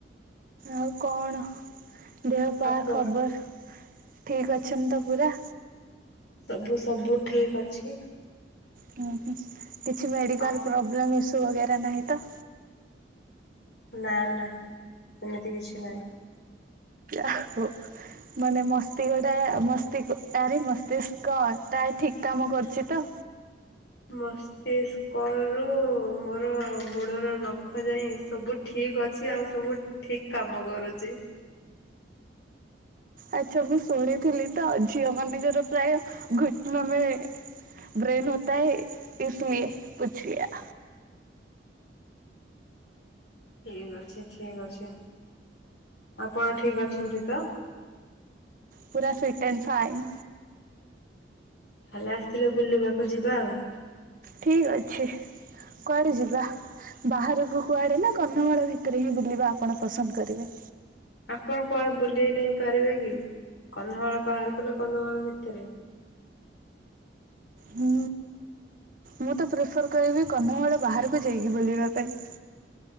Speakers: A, on the right; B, on the left.
A: ଆଉ କଣ ଦେହ ପା
B: ଆପଣ
A: ଖବର ଠିକ ଅଛଛନ୍ତି ତ ପୁରା
B: ସବୁ ସବୁ ଠିକ୍ ଅଛି
A: ହୁଁ ହୁଁ କିଛି ମେଡିକଲ
B: ଅ
A: ପ୍ରୋବ୍ଲେମ ଇସୁ ବଗେରା ନାହିଁ ତ
B: ନା ନା ସେମିତି କିଛି ନାହିଁ।
A: ଆୋ <inaudible> ମାନେ ମସ୍ତିକଟା ମସ୍ତି ଆରି ମସ୍ତିଷ୍କ ଟା ଠିକ କାମ କରୁଛି ତ?
B: ମସ୍ତିଷ୍କ। କୁ ମୋର ଗୋଡର ନଖ ଯାଇ ସବୁ ଠିକ ଅଛି ଆଉ ସବୁ ଠିକ କାମ କରୁଛି।
A: ଆଚ୍ଛା ମୁଁ ଶୁଣିଥିଲି ତ ଝିଅ ମାନଙ୍କର ପ୍ରାୟ ଘୁଟନ ମେ ବ୍ରେନ ହତା ହେ ଇସଲିଏ ପୁଛଲିଆ।
B: ଠିକ ଅଛି ଠିକ ଅଛି ଆପଣ ଠିକ ଅଛନ୍ତି ତ?
A: ପୁରା ଫିଟ ଏଣ୍ଡ ଫାଇନ୍।
B: କାଲି ଆସିିଲେ ବୁଲିବାକୁ ଯିବା ଆଉ।
A: ଠିକ ଅଛି କୁଆଡେ ଯିବା? ବାହାରକୁ କୁଆଡେ ନା କନ୍ଧମାଳ ଭିତରେ ହିଁ ବୁଲିବା ଆପଣ ପସନ୍ଦ କରିବେ।
B: ଆପଣ କୁଆଡେ ବୁଲେଇ ନେଇ ପାରିବେ କି କନ୍ଧମାଳ ବାହାରକୁ ନା କନ୍ଧମାଳ ଭିତରେ।
A: ହୁଁ ମୁଁ ତ ପ୍ରିଫର କରିବି କନ୍ଧମାଳ ବାହାରକୁ ଯାଇକି ବୁଲିବା ପାଇଁ।